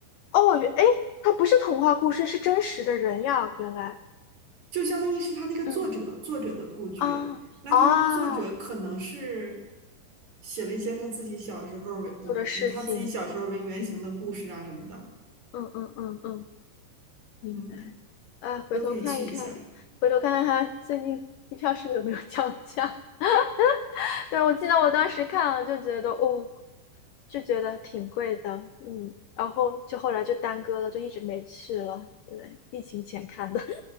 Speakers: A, on the left; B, on the right.
A: 哦，原，诶，它不是童话故事，是真实的人呀，原来，
B: 就相当于是他那个作者作者的故居。
A: 嗯啊
B: 那他那个作者可能是
A: 啊。
B: 写了一些他自己小时候以以他自己小时候为原型的故事啊什么的，
A: 做的事情。嗯嗯嗯嗯嗯，明白。
B: 嗯，
A: 啊，
B: 都可以去一下，
A: 回头看一看，回头看看它最近机票是不是有没有降价？<laughs> 对，我记得我当时看了就觉得哦，就觉得挺贵的，嗯，然后就后来就耽搁了，就一直没去了。对，疫情前看的，